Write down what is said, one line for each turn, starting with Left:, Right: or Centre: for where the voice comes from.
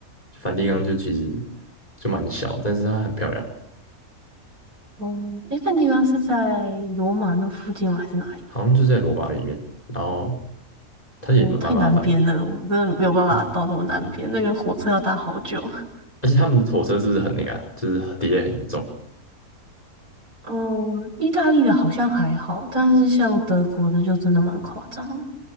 Left: 梵蒂冈就其实就蛮小，但是它很漂亮，
Right: 嗯，诶，那地方是在罗马那附近吗？还是哪里？
Left: 好像就在罗马里面。然后它也蛮蛮麻烦的
Right: 哦，太南边了，我真的没有办法到这么南边，
Left: 啊、哦
Right: 那个火车要搭好久。<laughs>
Left: 而且他们的火车是不是很那个啊？就是 d e 很严重。
Right: 嗯，意大利的好像还好，但是像德国的就真的蛮夸张的。